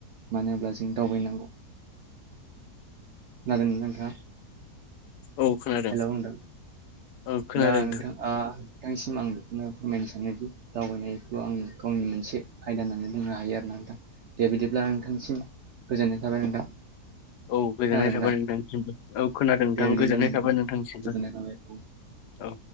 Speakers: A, on the right; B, on the left.
A: मानो होनब्ला जों दावबायनांगौ खोनादोंमोन नोंथाङा।
B: औ खोनादों।
A: हेलौ नोंथां
B: औ खोनादों
A: दा नोंथां आ नोंथांनिसिम आं बेखौनो फोरमायनो सानोदि दावबायनायखौ आं गावनि मोनसे आयदा होननानै बुंनो हायो आरो नोंथां। दे बिदिब्ला नोंथांसिम गोजोननाय थाबाय नोंथां।
B: औ गोजोननाय
A: खोनादों
B: थाबाय
A: नोंथां
B: नोंथांसिमबो औ खोनादों नोंथां
A: दे बिदिब्ला
B: गोजोननाय
A: नोंथां
B: थाबाय नोंथांनिसिमबो।
A: गोजोननाय थाबाय औ
B: औ